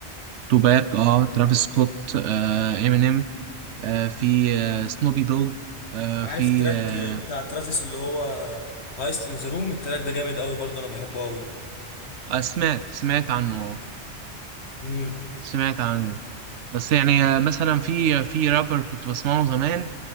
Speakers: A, on the right (about 85°); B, on the left (about 70°).
A: توباك اه ترافيس سكوت آه امينيم آه، في آه، سنوبي دوج آه،
B: عارف
A: في
B: التراك
A: آه،
B: بتاع ترافيس اللي هو هايست ان ذا روم التراك ده جامد قوي برضو انا بحبه قوي
A: آه، سمعت سمعت عنه آه،
B: امم
A: سمعت عنه بس يعني آه، مثلا في آه، في رابر كنت بسمعه زمان